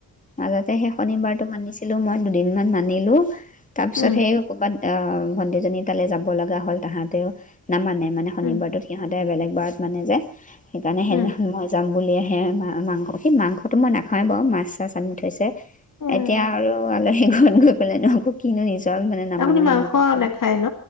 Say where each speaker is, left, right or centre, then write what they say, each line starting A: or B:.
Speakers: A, on the left; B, on the left.
A: মাজতে সেই শনিবাৰতটো মানিছিলো, মই। দুদিনমান মানিলো। তাৰপিছত,
B: উম
A: সেই কৰ'বাত আও, ভনটিজনী তালে যাব লগা হ'ল তাহাঁতেও। নামানে। মানে শনিবাৰতো
B: উম
A: সিহঁতে বেলেগ বৰত মানে যে, সে মানে সেইদিনাখন
B: উম
A: মই যাম বুলিয়ে হে মা-মাংস সি মাংসটো মই নাখাওঁয়ে বাৰু, মাছ চাছ আনি থৈছে।
B: উম।
A: এতিয়া আৰু আলহী ঘৰত গৈ পেলাইনো আকৌ কিনো নিজৰ মানে নামানো
B: আপুনি মাংস
A: নামানো কম,
B: নাখায় ন